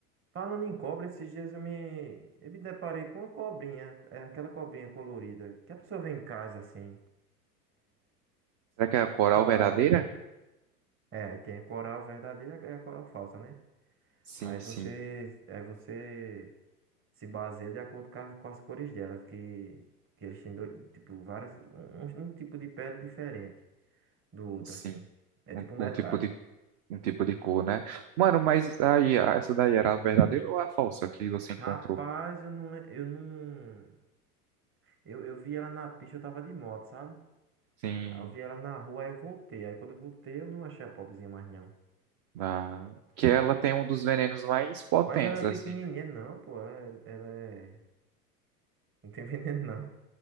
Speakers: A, on the right; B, on the right.
A: Falando em cobra, esses dias eu me, eu me deparei com uma cobrinha, é aquela cobrinha colorida, que a pessoa vê em casa assim,
B: Será que é a coral
A: coral.
B: verdadeira?
A: É, aí tem a coral verdadeira e a coral falsa, né?
B: Sim,
A: Aí você,
B: sim,
A: aí você se baseia de acordo com as, com as cores delas, que, que eles têm dois, tipo, várias, um, um um tipo de pele diferente do outro,
B: sim.
A: assim. É tipo um detalhe.
B: Um, um tipo de, um tipo de cor, né? Mano,
A: Sim.
B: mas aí, a- essa daí era a verdadeira ou a falsa que você encontrou?
A: Rapaz, eu não, le- eu não, eu, eu vi ela na pista, eu tava de moto, sabe?
B: Sim.
A: Aí eu vi ela na rua, aí eu voltei. Aí quando eu voltei, eu não achei a pobrezinha mais, não.
B: Da... Que ela tem um dos venenos mais potentes,
A: Mas ela é pequenininha,
B: assim, né?
A: não, pô, ela, é- ela é, <laughs> não tem veneno, não.